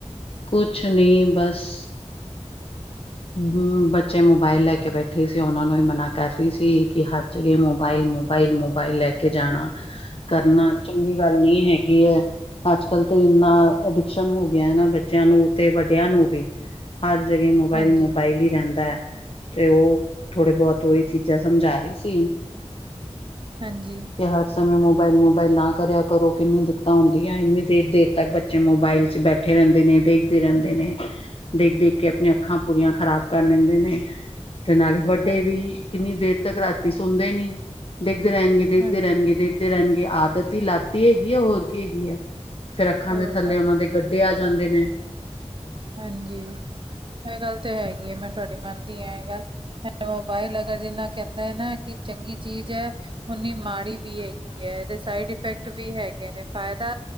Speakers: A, on the left; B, on the right.
A: ਕੁਛ ਨਹੀਂ ਬਸ ਹੂ, ਬੱਚੇ ਮੋਬਾਇਲ ਲੈ ਕੇ ਬੈਠੇ ਸੀ ਉਹਨਾਂ ਨੂੰ ਵੀ ਮਨਾ ਕਰ ਰਹੀ ਸੀ ਕਿ ਹਰ ਹਰ ਜਗੇ ਮੋਬਾਇਲ-ਮੋਬਾਈਲ-ਮੋਬਾਇਲ ਲੈ ਕੇ ਜਾਣਾ। ਕਰਨਾ ਚੰਗੀ ਗੱਲ ਨਹੀਂ ਹੈਗੀ ਹੈ। ਅੱਜ ਕੱਲ ਤੇ ਇੰਨਾ ਅਡਿਕਸ਼ਨ ਹੋ ਗਿਆ ਹਨ ਨਾ ਬੱਚਿਆਂ ਨੂੰ ਤੇ ਵੱਡਿਆਂ ਨੂੰ ਵੀ ਹਰ ਜਗੇ ਮੋਬਾਇਲ-ਮੋਬਾਇਲ
B: ਹਾਂਜੀ
A: ਹੀ ਰਹਿੰਦਾ ਹੈ ਤੇ ਉਹ ਥੋੜੇ ਬਹੁਤ ਉਹੀ ਚੀਜ਼ਾਂ ਸਮਝਾ ਰਹੀ ਸੀ।
B: ਹਾਂਜੀ,
A: ਹਰ ਸਮੇਂ ਮੋਬਾਇਲ, ਮੋਬਾਇਲ ਨਾ ਕਰਿਆ ਕਰੋ ਕਿੰਨੀ ਦਿੱਕਤਾਂ ਹੁੰਦੀਆਂ ਇੰਨੀ ਦੇਰ ਦੇਰ ਤੱਕ ਬੱਚੇ ਮੋਬਾਇਲ ਚ ਬੈਠੇ ਰਹਿੰਦੇ ਨੇ ਦੇਖਦੇ ਰਹਿੰਦੇ ਨੇ ਦੇਖ-ਦੇਖ ਕੇ ਆਪਣੇ ਅੱਖਾਂ ਪੂਰੀਆਂ ਖ਼ਰਾਬ ਕਰ ਲੈਂਦੇ ਨੇ ਤੇ ਨਾਲੇ ਵੱਡੇ
B: ਹਾਂਜੀ
A: ਵੀ ਕਿੰਨੀ ਦੇਰ ਤੱਕ ਰਾਤੀ ਸੌਦੇ ਨੀ ਦੇਖਦੇ ਰਹਿਣਗੇ ਦੇਖਦੇ
B: ਹਾਂਜੀ
A: ਰਹਿਣਗੇ ਦੇਖਦੇ। ਦੇ ਰਹਿਣਗੇ ਆਦਤ ਹੀ ਲਾਤੀ ਹੈਗੀ ਹੈ ਹੋਰ ਕੀ ਹੈਗੀ ਹੈ ਫਿਰ ਅੱਖਾਂ
B: ਹੋ
A: ਦੇ ਥੱਲੇ ਉਹਨਾਂ ਦੇ ਤੇ ਆ ਜਾਂਦੇ ਨੇ
B: ਹਾਂਜੀ ਇਹ ਗੱਲ ਤਾਂ ਹੈਗੀ ਹੈ ਮੈਂ ਤੁਹਾਡੀ ਮੰਨਦੀ ਹਾਂ ਇਹ ਗੱਲ ਮੋਬਾਇਲ ਅਗਰ ਜਿੰਨਾ ਕਹਿੰਦਾ ਹੈ, ਨਾ ਕਿ ਚੰਗੀ ਚੀਜ਼ ਹੈ। ਉਨੀ ਮਾੜੀ ਵੀ ਹੈਗੀ ਹੈ ਇਹਦੇ ਸਾਈਡ ਇਫੈਕਟ ਵੀ ਹੈਗੇ ਨੇ ਫਾਇਦਾ।